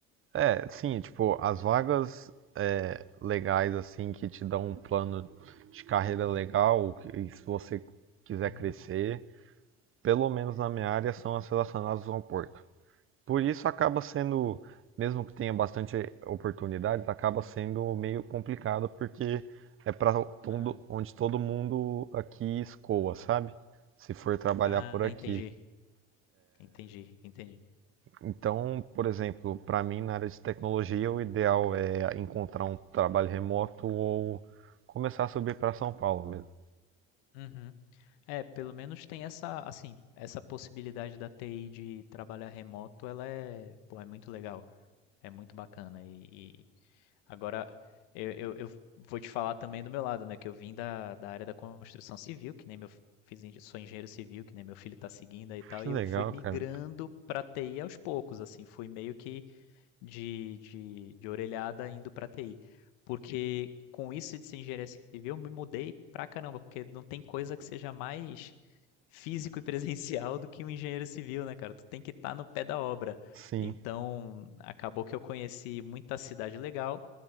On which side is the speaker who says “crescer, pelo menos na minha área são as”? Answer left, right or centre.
Right